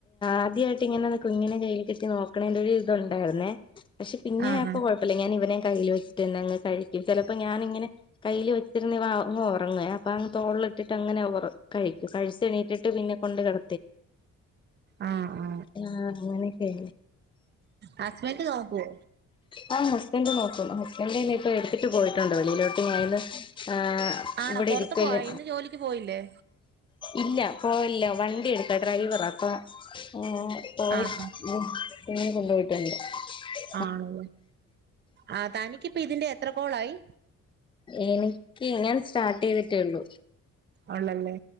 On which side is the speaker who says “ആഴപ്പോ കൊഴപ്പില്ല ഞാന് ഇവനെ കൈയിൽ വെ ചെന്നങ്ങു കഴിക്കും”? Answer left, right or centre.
Left